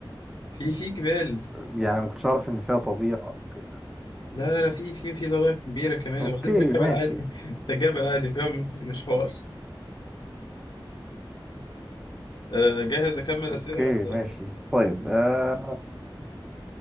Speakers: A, on the left; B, in the centre.
A: في في جبال
B: يعني ما كنتش اعرف ان فيها طبيعه او كده
A: لا لا لا في في في ضواحي كبيرة كمان
B: اوكي
A: وبعدين ده جبل
B: ماشي
A: عادي <laughs> ده جبل عادي <laughs> فاهم مش حوار آه، جاهز أكمل
B: اوكي
A: أسئلة ولا
B: ماشي طيب آه